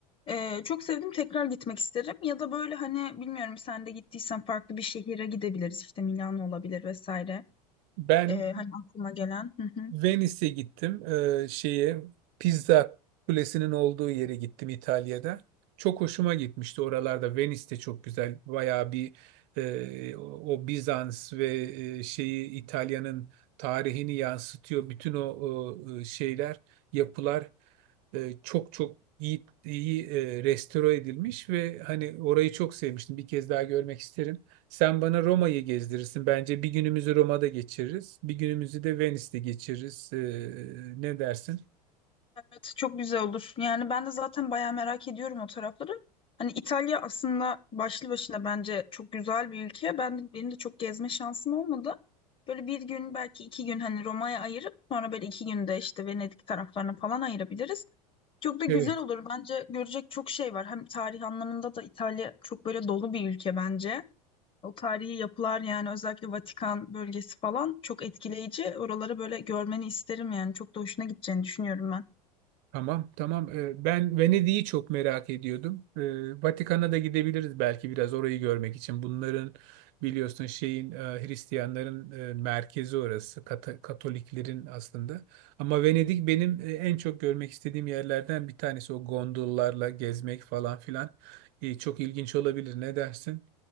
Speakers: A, on the left; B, on the right.
A: E, çok sevdim tekrar gitmek isterim. Ya da böyle hani bilmiyorum sen de gittiysen farklı bir şehire gidebiliriz. İşte Milano olabilir vesaire.
B: Ben
A: E, hani aklıma gelen. Hı hı.
B: Venice'e gittim. Ee, şeye Pizza Kulesi'nin olduğu yere gittim İtalya'da. Çok hoşuma gitmişti oralarda. Venice de çok güzel. Bayağı bir e, o o Bizans ve e, şeyi İtalya'nın tarihini yansıtıyor. Bütün o, o, e, şeyler, yapılar e, çok çok iyi iyi e, restore edilmiş ve hani orayı çok sevmiştim. Bir kez daha görmek isterim. Sen bana Roma'yı gezdirirsin. Bence bir günümüzü Roma'da geçiririz. Bir günümüzü de Venice'de geçiririz. Ee, ne dersin?
A: Evet, çok güzel olur. Yani ben de zaten bayağı merak ediyorum o tarafları. Hani İtalya aslında başlı başına bence çok güzel bir ülke. Ben de, benim de çok gezme şansım olmadı. Böyle bir gün belki iki gün hani Roma'ya ayırıp sonra böyle iki günde işte Venedik taraflarına falan ayırabiliriz. Çok da güzel
B: Evet.
A: olur. Bence görecek çok şey var. Hem tarih anlamında da İtalya çok böyle dolu bir ülke bence. O tarihi yapılar yani özellikle Vatikan bölgesi falan çok etkileyici. Oraları böyle görmeni isterim yani. Çok da hoşuna gideceğini düşünüyorum ben.
B: Tamam, tamam. Ee, ben Venedik'i çok merak ediyordum. Ee, Vatikan'a da gidebiliriz belki biraz orayı görmek için. Bunların biliyorsun şeyin e, Hristiyanların e, merkezi orası. Kata- Katoliklerin aslında. Ama Venedik benim e, en çok görmek istediğim yerlerden bir tanesi. O gondollarla gezmek falan filan. Ee, çok ilginç olabilir. Ne dersin?